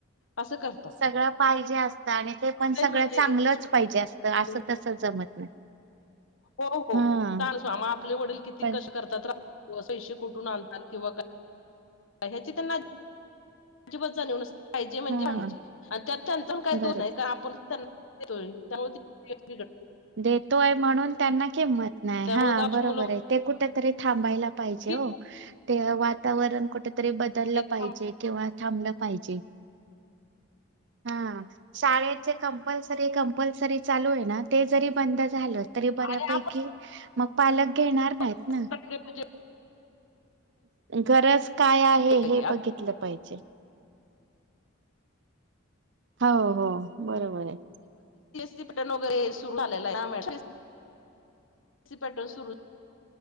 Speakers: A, on the left; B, on the right.
A: असं करतात.
B: सगळं पाहिजे असतं आणि ते पण
A: नाहीत
B: सगळं
A: म्हणजे
B: चांगलंच
A: इंग्लिश मिडियम
B: पाहिजे असतं. असं तस जमत <inaudible>
A: हो हो
B: हा
A: चालसो म आपले वडील किती
B: पण
A: कष्ट करतात. कसं ईशे कुठून आणत किंवा काही ह्याची त्यांना जिबात जानव नसती. पाहिजे म्हणजे
B: हा
A: पाहिजे. आणि त्यात त्यांच््््््काय दो
B: बरोबर
A: नही कारण आपण त्यांन तूळे त्यामुळे ती
B: देतोय म्हणून त्यांना किंमत नाही.
A: त्यामुळे
B: हां
A: गावची
B: बरोबर
A: मुलं म्हणतात
B: आहे. ते कुठेतरी थांबायला पाहिजे
A: की
B: हो, ते वातावरण कुठेतरी बदललं
A: हे थांबा.
B: पाहिजे. किंवा थांबलं पाहिजे. हां, शाळेचे कंपल्सरी-कंपल्सरी चालू हे ना? ते जरी बंद झालं तरी बऱ्यापैकी
A: आणि आपण
B: मग पालक घेणार नाहीत.
A: <unintelligible>
B: ना गरज काय आहे
A: मध्ये
B: हे बघितलं पाहिजे. हो-हो बरोबर आहे.
A: सी पॅटर्न वगैरे सुरू झालेलाय हा मॅड? सी पॅटर्न सुरू